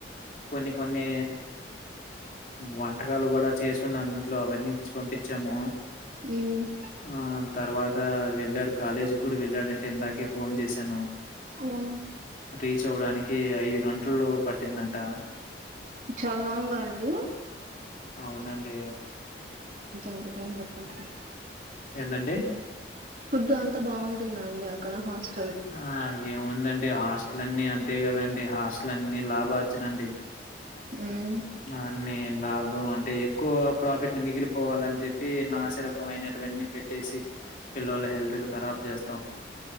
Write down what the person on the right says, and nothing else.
ఉమ్
ఉమ్
చాలా లాంగ్ అండి
ఎంత టైం పడతది
ఫుడ్ అంత బాగుంటుందండి అక్కడ హాస్టల్
ఉమ్